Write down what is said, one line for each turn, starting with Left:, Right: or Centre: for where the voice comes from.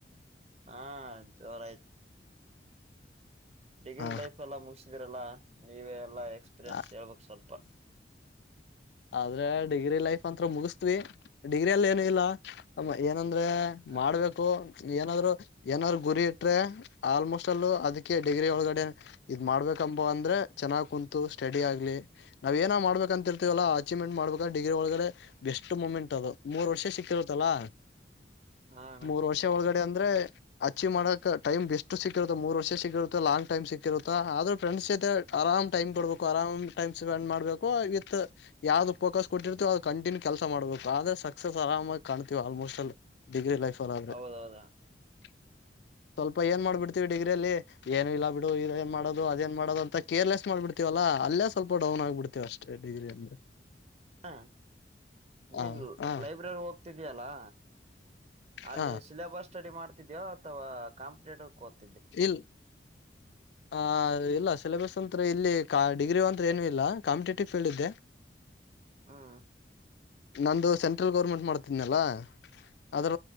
Right: ಹಾ ಜೋರ ಆಯ್ತು ಡಿಗ್ರಿ
Left: ಹ
Right: ಲೈಫ್ ಎಲ್ಲ ಮುಗಸಿದೀರಲ್ಲಾ ನೀವಲ್ಲ ಎಲ್ಲ ಎಕ್ಸ್ಪೀರಿಯನ್ಸ್
Left: ಹಾ
Right: ಹೇಳ್ಬಕ್ ಸ್ವಲ್ಪ
Left: ಆದ್ರೆ ಡಿಗ್ರಿ ಲೈಫ್ ಅಂತ ಮುಗಿಸತ್ವಿ ಡಿಗ್ರಿ ಅಲ್ಲಿ ಏನು ಇಲ್ಲ ಏನಂದ ಅಂದ್ರೆ
Right: ಹ
Left: ಮಾಡ್ಬೇಕು ಏನಾದ್ರು ಏನಾದ್ರು ಗುರಿ ಇಟ್ರೆ ಆಲ್ಮೋಸ್ಟ್ ಅಲ್ಲೂ ಅದಕ್ಕೆ ಡಿಗ್ರಿ ಒಳಗಡೆ ಇದ್ ಮಾಡ್ಬೇಕು ಕಂಬ ಅಂದ್ರೆ ಚೆನ್ನ್ ಕುಂತು ಸ್ಟಡಿ ಆಗ್ಲಿ ನಾವ್ ಏನ ಮಾಡ್ಬೇಕ ಅಂತಿರ್ ಎಲ್ಲ ಅೀವ್ಮೆಂಟ್ ಮಾಡ್ಬೇಕ ಡಿಗ್ರಿ ಒಳಗಡೆ ಬೆಸ್ಟ್ ಮೂಮೆಂಟ್ ಅದು ಮೂರ್ ವರ್ಷ ಸಿಕ್ಕಿರುತ್ತಲ್ಲಾ
Right: ಹಾ ಅಣ್ಣ
Left: ಮೂರು ವರ್ಷ ಒಳಗಡೆ ಅಂದ್ರೆ ಅಚೀವ್ ಮಾಡಕ್ ಟೈಮ್ ಬೆಸ್ಟ್ ಸಿಕ್ಕಿರುತ್ತೆ ಮೂರ್ ವರ್ಷ ಸಿಕ್ಕಿರುತ್ತೆ ಲಾಂಗ್ ಟೈಮ್ ಸಿಕ್ಕಿರುತ್ತ ಆದ್ರೆ ಫ್ರೆಂಡ್ಸ್ ಆರಾಮ್ ಟೈಮ್ ಕೊಡ್ಬೇಕು ಆರಾಮ್ ಟೈಮ್ ಸ್ಪೆಂಡ್ ಮಾಡ್ಬೇಕು ಇತ್ ಯಾವ್ದ್ ಫೋಕಸ್ ಕೊಟ್ಟಿರ್ತೀವ ಅದು ಕಟಿನ್ಯೂ ಕೆಲಸ ಮಾಡ್ಬೇಕು ಆದ್ರೆ ಸಕ್ಸಸ್ ಆರಾಮಾಗಿ ಕಾಣತೀವಿ ಆಲ್ಮೋಸ್ಟ್ ಅಲ್ಲಿ ಡಿಗ್ರಿ ಲೈಫ್ ಅಲ್ಲಿ ಆದ್ರೆ
Right: ಹೌದೌದಾ
Left: <unintelligible> ಸ್ವಲ್ಪ ಏನ್ ಮಾಡ್ಬಿಡ್ತೀವಿ ಡಿಗ್ರಿಯಲ್ಲಿ ಏನು ಇಲ್ಲಾ ಬಿಡು ಇ ಏನ್ ಮಾಡದು ಅದೇಏನ್ ಮಾಡೋದು ಅಂತ ಕೇರ್ಲೆಸ್ ಮಾಡಬಿಡ್ತೀವಲ್ಲಾ ಹ ಅೇ ಸ್ವಲ್ಪ ಡೌನ್ ಆಗ್ಬಿಡ್ತೇವಿ ಅಷ್ಟೇ ಡಿಗ್ರಿಯಲ್ಲಿ
Right: ಹಾ ನೀನ್
Left: ಹ ಹ
Right: ಲೈಬ್ರರಿ ಹೋಗ್ತಿದ್ದಯಲ್ಲಾ ಅಲ್ಲಿ
Left: ಹ
Right: ಸಿಲೆಬಸ್ ಸ್ಟಡಿ ಮಾಡ್ತಿದ್ಯೋ ಅಥವಾ ಕಂಪ್ಲೀಟ್ ಕತ
Left: ಇಲ್ ಆ ಇಲ್ಲ ಸಿಲೆಬಸ್ ಅಂತ ಇಲ್ಲಿ ಡಿಗ್ರಿ ಅಂತ್ರ ಏನುೂ ಇಲ್ಲ ಕಾಂಪಿಟೇಟಿವ್ ಫೀಲ್ಡ್ ಇದೆ
Right: ಹ್ಮ್
Left: ನಂದು ಸೆಂಟ್ರಲ್ ಗೌರ್ಮೆಂಟ್ ಮಾಡ್ತಿದನಲ್ಲ ಅದ್ರ